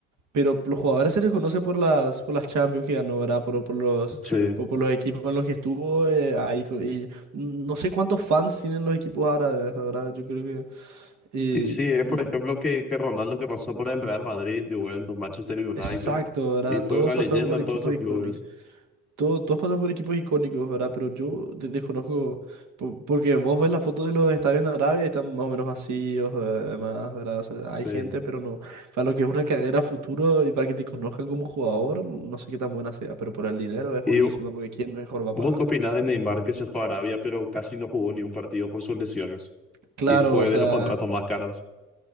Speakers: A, on the right; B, in the centre.
A: Pero los jugadores se les conoce por las, por las Champions que ganó, ¿verdad? Por, por los,
B: Sí.
A: por, por los equipos en los que estuvo eh, ahí. co- Y no sé cuántos fans tienen los equipos árabes, ¿verdad? Yo creo que... Y,
B: Y sí, es
A: y-
B: por ejemplo que, que Ronaldo que pasó por el Real Madrid, Juventus, Manchester United,
A: exacto, ¿verdad?
B: y fue
A: Todos
B: una
A: pasaron
B: leyenda
A: por
B: en
A: equipos
B: todos esos
A: icónicos.
B: clubes.
A: Todo- todos pasan por equipos icónicos, ¿verdad? Pero yo de- desconozco, po- porque vos ves las fotos de los estadios en Arabia y están más o menos vacíos, eh, además, ¿verdad? O sea, hay
B: Sí.
A: gente, pero no. Para lo que es una carrera futuro y para que te conozcan como jugador, no sé qué tan buena sea, pero por el dinero es
B: ¿Y
A: buenísima, porque ¿quién mejor va a
B: vos
A: pagar?
B: qué opinás de Neymar que se fue a Arabia, pero casi no jugó ni un partido por sus lesiones?
A: Claro,
B: Y fue
A: o sea...
B: de los contratos más caros.